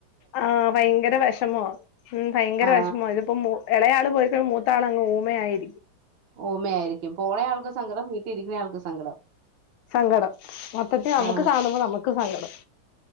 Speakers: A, on the left; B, on the right.
A: ആ ഭയങ്കര വഷമോ മ്മ് ഭയങ്കര
B: ആ
A: വഷമോ ഇതിപ്പോ മ ഇളയാള് പോയിക്ക മൂത്താളങ്ങ <unintelligible>
B: ഓമ്മ ആായിരിക്കും പോളയാൾക്ക് സങ്കടം വീട്ടിലിരിക്കുന്ന ആൾക്ക് സങ്കടം
A: സങ്കടം മൊത്തത്തി നമ്മക്ക്
B: ആ
A: കാണുമ്പോ നമ്മക്ക് സങ്കടം